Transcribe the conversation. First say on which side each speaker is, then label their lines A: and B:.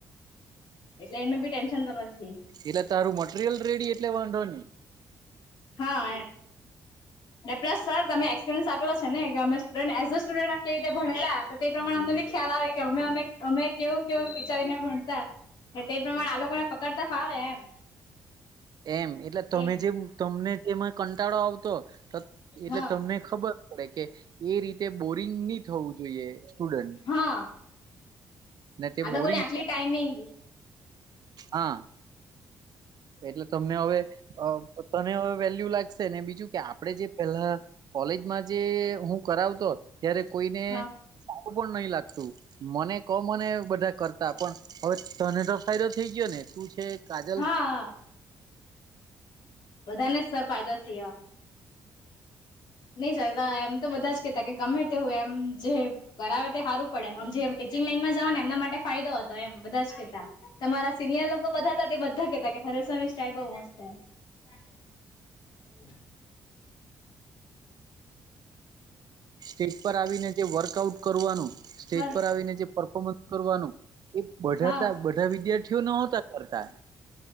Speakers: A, on the left (about 60°); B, on the right (about 55°).
A: એટલે એનું બી ટેન્શન તો નથી
B: એટલે તારું મટીરિયલ રેડી એટલે વાંધો નહી.
A: હા એમ પ્લસ સર તમે આપેલા છે ને કે અમે સ્ટુડ એઝ અ સ્ટુડ કઈ રીતે ભણેલા તો તે પ્રમાણે અમને ખ્યાલ આવે કે અમે અમે અમે કેવું કેવું વિચારીને ભણતા તે પ્રમાણે આ લોકોને પકડતા ફાવે એમ.
B: એમ એટલે
A: કે
B: તમે જે તમને જેમાં કંટાળો આવતો તો એટલે
A: હા
B: તમને ખબર પડે કે એ રીતે બોરિંગ ની થવું જોઈએ. સ્ટુડન્ટ.
A: હા
B: ને તે
A: આ લોકોની
B: બોરિંગ
A: આટલી ટાઈમિંગી
B: હા એટલે તમને હવે અ તને હવે વેલ્યુ લાગશે ને બીજું કે આપણેે જે પેલા કોલેજમાં જે હું કરાવતો ત્યારે કોઈને
A: હા
B: પણ નહી લાગતું મને ક મને બધા કરતા પણ હવે તને તો ફાયદો થઈ ગ્યોને શું છે કાજલ
A: હા. બધાને જ સર ફાયદો થયો. નહી સર દ એમ તો બધા જ કેતા કે ગમે તે હું એમ જે કરાવે તે હારું પડાવે હમજે લાઈનમાં જવા ને એમના માટે ફાયદો હતો એમ બધા જ કેતા તમારા સિનિયર લોકો બધા હતા તે બધા કેતા હરેસ સરની સ્ટાઇલ બહુ મસ્ત છે
B: હ <inaudible>
A: <inaudible>
B: સ્ટેજ પર આવીને જે વર્કઆઉટ કરવાનું સ્ટેજ
A: હ
B: પર આવીને જે પરફોર્મન્સ કરવાનું એ બધા
A: હા
B: તા બધા વિદ્યાર્થી જો ન હતા કરતા